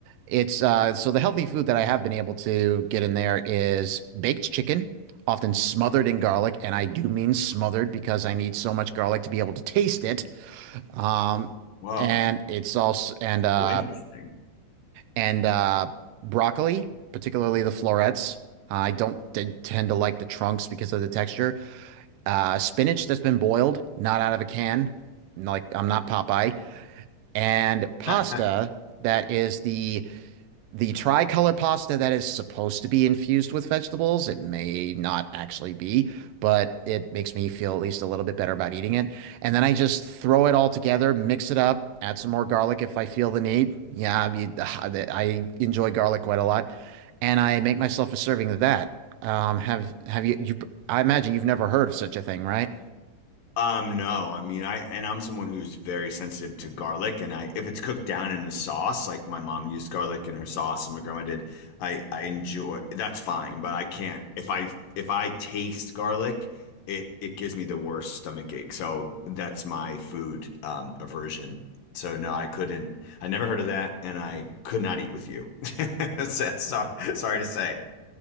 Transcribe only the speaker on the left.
Whoa.
So interesting.
<laughs>
Um, no, I mean, I and I'm someone who's very sensitive to garlic, and I if it's cooked down in a sauce, like my mom used garlic in her sauce, and my grandma did, I I enjoy that's fine, but I can't if I if I taste garlic, it it gives me the worst stomach ache. So that's my food um aversion. So no, I couldn't. I never heard of that, and I could not eat with you. <laughs> So, so- sorry to say.